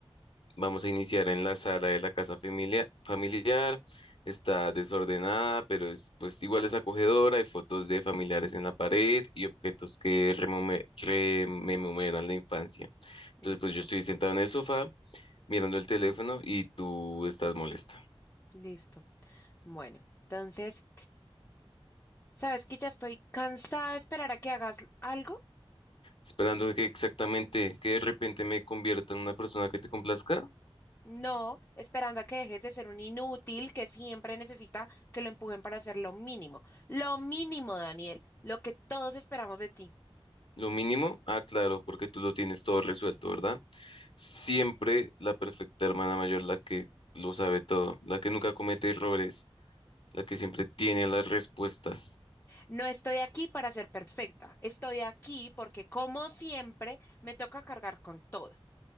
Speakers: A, on the left; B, on the left.
A: Vamos a iniciar en la sala de la casa familia- familiar. Está desordenada, pero es, pues igual es acogedora. Hay fotos de familiares en la pared y objetos que remome- rememoran la infancia. Entonces,
B: Listo,
A: pues yo estoy sentado en el sofá mirando el teléfono y tú estás molesta,
B: listo. Bueno, entonces, ¿sabes que ya estoy cansada de esperar a que hagas algo?
A: esperando que exactamente, que de repente me convierta en una persona que te complazca.
B: No, esperando a que dejes de ser un inútil que siempre necesita que lo empujen para hacer lo mínimo. Lo mínimo, Daniel, lo que todos esperamos de ti.
A: Lo mínimo, ah, claro, porque tú lo tienes todo resuelto, ¿verdad? Siempre la perfecta hermana mayor, la que lo sabe todo, la que nunca comete errores, la que siempre tiene las respuestas.
B: No estoy aquí para ser perfecta, estoy aquí porque como siempre me toca cargar con todo.